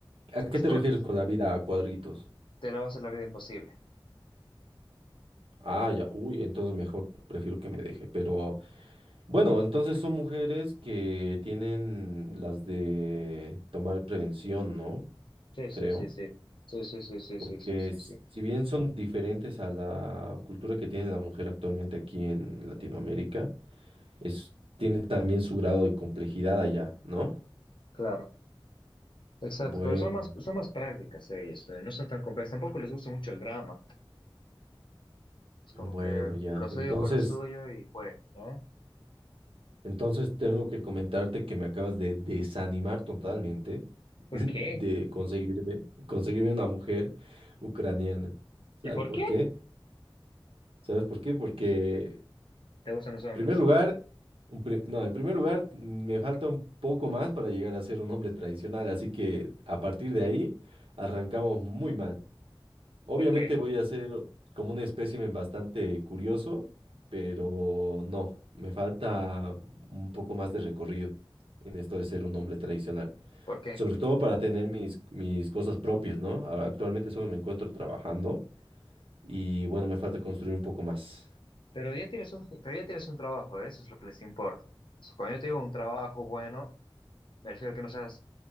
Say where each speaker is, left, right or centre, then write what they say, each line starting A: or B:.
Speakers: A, on the right (about 80°); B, on the left (about 65°).
A: ¿A
B: Tú
A: qué
B: escoges.
A: te refieres con la vida a cuadritos?
B: Te la va a hacer la vida imposible.
A: Ah, ya, uy, entonces mejor prefiero que me deje, pero. Bueno, entonces son mujeres que tienen las de tomar prevención, ¿no?
B: Sí,
A: Creo,
B: sí, sí, sí. Sí, sí, sí, sí,
A: porque
B: sí, sí, sí,
A: s-
B: sí.
A: si bien son diferentes a la cultura que tiene la mujer actualmente aquí en Latinoamérica, es, tiene también su grado de complejidad allá, ¿no?
B: Claro. Exacto,
A: Bueno,
B: pero son más, son más prácticas ellas, eh, no son tan complejas, tampoco les gusta mucho el drama, es como
A: bueno,
B: que
A: ya.
B: lo suyo
A: Entonces,
B: con lo suyo y fue, ¿no?
A: entonces tengo que comentarte que me acabas de desanimar totalmente <laughs>
B: ¿Por
A: de
B: qué?
A: conseguirme, conseguirme una mujer ucraniana. ¿Sabe
B: ¿Y por
A: por
B: qué
A: qué? ¿Sabes por qué? Porque, en
B: te gustan los hombres?
A: primer lugar, un pri- no, en primer lugar, me falta un poco más para llegar a ser un hombre tradicional, así que a partir de ahí arrancamos muy mal. Obviamente
B: ¿Por qué?
A: voy a ser como un espécimen bastante curioso, pero no, me falta un poco más de recorrido en esto de ser un hombre tradicional,
B: ¿Por qué?
A: sobre todo para tener mis, mis cosas propias, ¿no? Ahora, Actualmente solo me encuentro trabajando y bueno, me falta construir un poco más.
B: Pero ya tienes un, pero ya tienes un trabajo, ¿eh? Eso es lo que les importa. So, cuando yo te digo un trabajo bueno, me refiero a que no seas